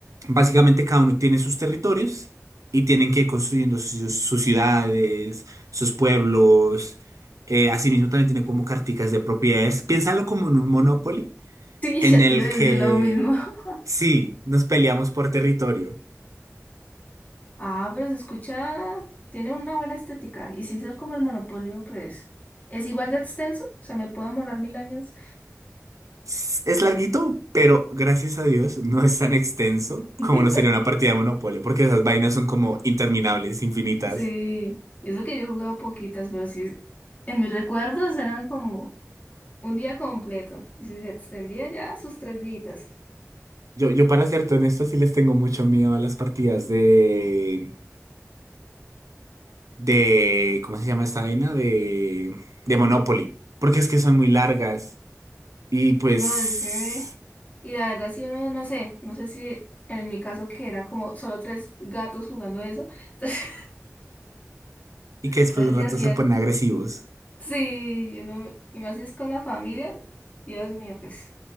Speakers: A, on the right (about 85°); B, on the left (about 30°).
A: básicamente cada uno tiene sus territorios y tienen que ir construyendo sus, sus ciudades, sus pueblos. Eh, asimismo también tienen como carticas de propiedades. Piénsalo como en un Monopoly
B: Sí,
A: en
B: ya
A: el
B: te iba a decir
A: que
B: lo mismo. <laughs>
A: sí, nos peleamos por territorio.
B: Ah, pero se escucha, tiene una buena estética. Y si es como el Monopolio, pues es igual de extenso. O sea, me puedo demorar mil años.
A: S- Es larguito, pero gracias a Dios no es tan extenso como
B: <laughs>
A: lo sería una partida de Monopoly, porque esas vainas son como interminables, infinitas.
B: Sí, y eso que yo he jugado poquitas, pero sí, en mis recuerdos eran como un día completo. Y si se extendía ya sus tres días.
A: Yo, yo para ser honesto, sí les tengo mucho miedo a las partidas de de, ¿cómo se llama esta vaina? De, de Monopoly, porque es que son muy largas y pues,
B: No, es que, y la verdad, si uno, no sé, no sé si en mi caso que era como solo tres gatos jugando eso, <laughs> entonces,
A: y que después
B: entonces
A: de un
B: ya
A: rato
B: hacía,
A: se ponen
B: algo.
A: agresivos.
B: sí, uno, y más si es con la familia, Dios mío, pues